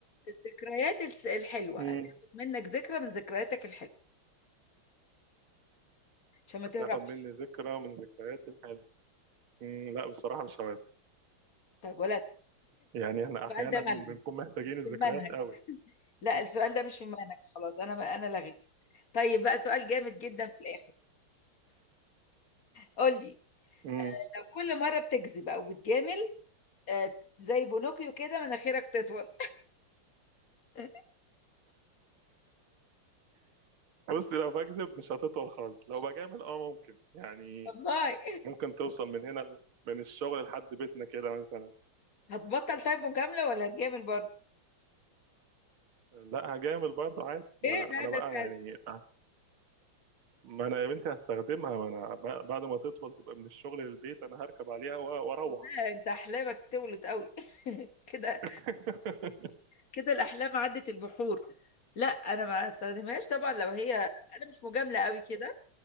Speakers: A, on the left (about 45°); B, on the right (about 85°).
A: الذكريات الس- الحلوة
B: مم.
A: هتاخد منك ذكرى من ذكرياتك الحلوة عشان ما
B: هتاخد
A: تهربش
B: مني ذكرى من ذكرياتي الحلوة مم. لا بصراحة مش هوافق
A: طيب ولا <laughs>
B: يعني احنا
A: السؤال
B: احيانا
A: ده ملغي
B: بنكون محتاجين
A: مش
B: الذكريات
A: في المنهج
B: قوي
A: لا
B: <laughs>
A: السؤال ده مش في مهنك خلاص انا انا لغيته طيب بقى سؤال جامد جدا في الاخر قول لي
B: مم.
A: لو كل مره بتكذب او بتجامل آه، زي بونوكيو كده مناخيرك تطول <laughs>
B: بص لو بكذب مش هتطول خالص لو بجامل اه ممكن يعني
A: والله
B: ممكن توصل من هنا ل- من الشغل لحد بيتنا كده مثلا
A: هتبطل طيب مجامله ولا هتجامل برضه
B: لا هجامل برضه عادي ما
A: ايه ده
B: انا بقى
A: ده انت
B: يعني هس- ما انا يا بنتي هستخدمها ما انا ب- بعد ما تطول تبقى من الشغل للبيت انا هركب عليها و- واروح
A: آه، انت احلامك تولد قوي <laughs> كده
B: <laughs>
A: كده الاحلام عدت البحور لا انا ما استخدمهاش طبعا لو هي انا مش مجامله قوي كده